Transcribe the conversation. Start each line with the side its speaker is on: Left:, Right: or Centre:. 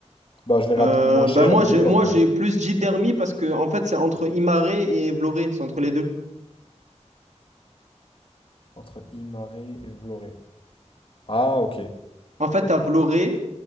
Left: Bah, je vais rater
Right: Euh,
Left: le moins cher,
Right: bah moi
Left: le mieux
Right: j'ai moi
Left: en vrai.
Right: j'ai plus dit Dermi parce que en fait c'est entre Imaré et Vloré, c'est entre les deux.
Left: Entre Imare et Vloré. Ah, ok.
Right: En fait t'as Vloré,